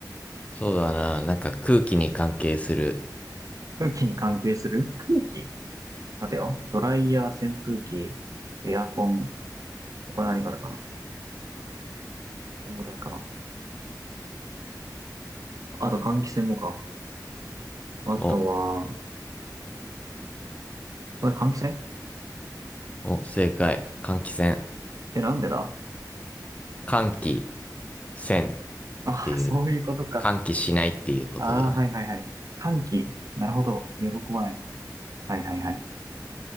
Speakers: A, on the left; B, on the right.
A: そうだな、なんか空気に関係する。
B: 空気に関係する空気待てよ。ドライヤー、扇風機、エアコン、他何があるかなこんぐらいかな。あと換気扇もか。あとは、
A: お、
B: あれ、換気扇
A: お、正解。換気扇。
B: え、なんでだ
A: 換気扇っ
B: ああ、
A: ていう、
B: そういうことか。
A: 換気しないっていうことだね。
B: ああ、はいはいはい。換気。なるほど。喜ばない。はいはいはい。